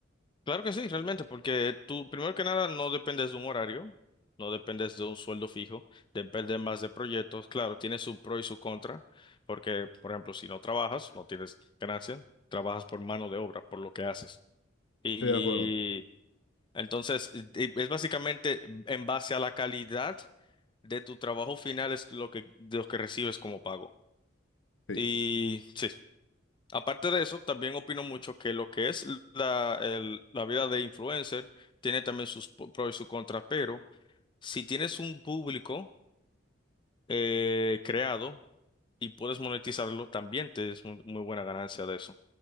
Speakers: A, on the left; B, on the left.
A: Claro que sí, realmente, porque tú, primero que nada, no dependes de un horario, no dependes de un sueldo fijo, depende más de proyectos. Claro, tiene su pro y su contra, porque, por ejemplo, si no trabajas, no tienes ganancia, trabajas por mano de obra, por lo que haces. Y
B: Estoy de acuerdo.
A: entonces, y- es básicamente en base a la calidad de tu trabajo final es lo que, de lo que recibes como pago.
B: Sí,
A: Y sí. Aparte de eso, también opino mucho que lo que es la, el- la vida de influencer tiene también sus po- pros y sus contras, pero si tienes un público eh, creado y puedes monetizarlo, también te es muy, muy buena ganancia de eso.